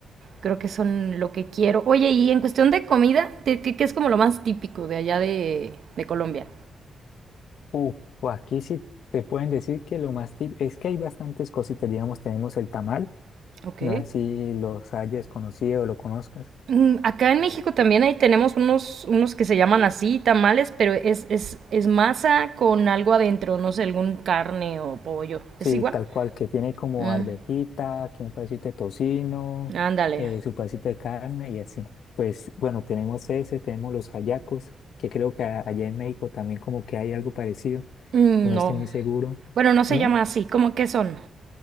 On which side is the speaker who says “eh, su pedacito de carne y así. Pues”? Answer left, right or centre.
Left